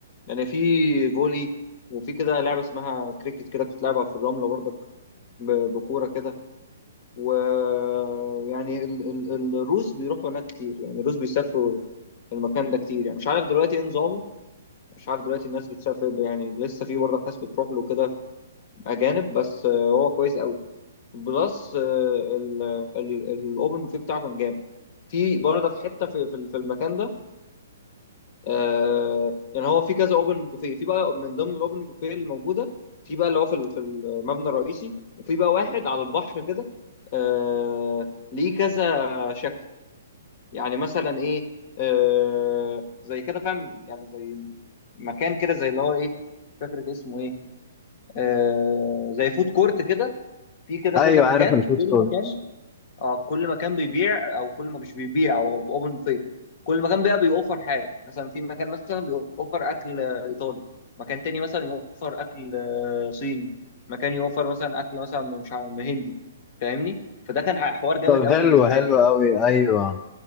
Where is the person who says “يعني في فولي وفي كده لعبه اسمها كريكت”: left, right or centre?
Left